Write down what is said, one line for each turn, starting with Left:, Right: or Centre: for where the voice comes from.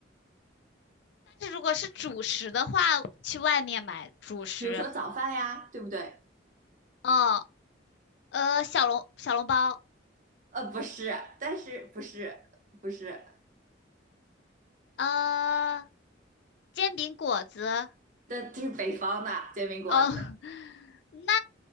Left: 但是如果是主食的话，去外面买主食，
Right: 比如说早饭呀，对不对？
Left: 嗯，呃，小笼小笼包，
Right: 呃，不是，但是不是不是，
Left: 呃，煎饼果子，
Right: 但就是北方的煎饼果子。
Left: 哦，<laughs> 那